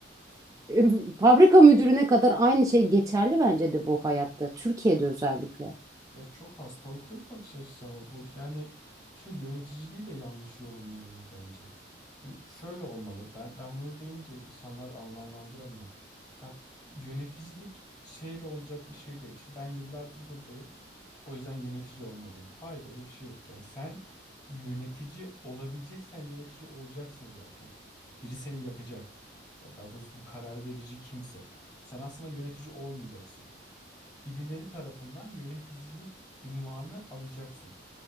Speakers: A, on the left (about 20°); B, on the right (about 20°).
A: <laughs>
B: <laughs> fabrika müdürüne kadar aynı şey geçerli bence de bu hayatta. Türkiye'de özellikle.
A: Ya çok hastalıklı bir bakış açısı ama bu. Yani şu yöneticiliği de yanlış yorumluyoruz bence. Şimdi şöyle olmalı. Ben ben bunu deyince insanlar anlamlandıramıyor. Ya yöneticilik şeyle olacak bir şey değil. İşte ben yıllardır buradayım. O yüzden yönetici olmalıyım. Hayır öyle bir şey yok. Yani sen yönetici olabileceksen yönetici olacaksın zaten. Biri seni yapacak. Ya daha doğrusu bu karar verici kimse. Sen aslında yönetici olmayacaksın birileri tarafından yöneticilik unvanı alacaksın.